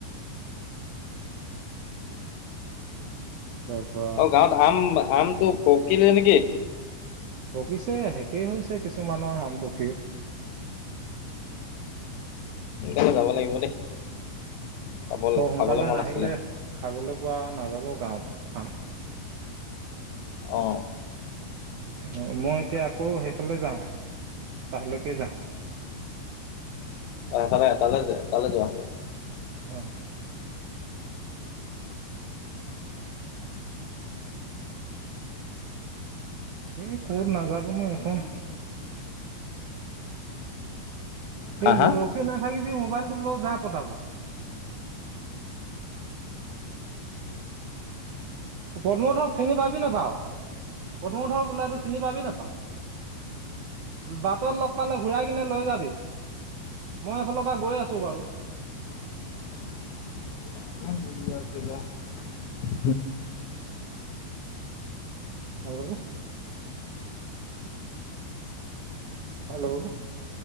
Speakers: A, on the right; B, on the left.
A: তাৰ পৰা
B: ত গাঁৱত আম আমটো পকিলে নেকি।
A: পকিছে শেষেই হৈছে কিছুমানৰ আাম পকিও।
B: সোনকালে যাব লাগিব দেই। খাব
A: অ সোনকালে
B: খাবলৈ মন
A: নাহিলে
B: আছিলে
A: খাবলৈ পোৱা নাযাব গাঁৱত খাম।
B: অ।
A: অ মই এতিয়া আকৌ সেইফালে যাওঁ তালৈকে যাওঁ।
B: অফাল তালে য তালে যোৱা।
A: অ। এ ক'ত নাযাব নো এখন।
B: হা
A: এইম
B: হা
A: ৰখে নাথাকিবি মোক। মবাইলটো ল যা পতা পত। পদ্ম হতক চিনি পাবি নেপাও? পদ্মধৰ বোলোতো চিনি পাবি নাপাও? বাটত লগ পালে ঘূৰাই কিনে লৈ যাবি। মই এইফালৰ পৰা গৈ আছো বাৰু।
B: <unintelligible>
A: হেল্ল' হেল্ল'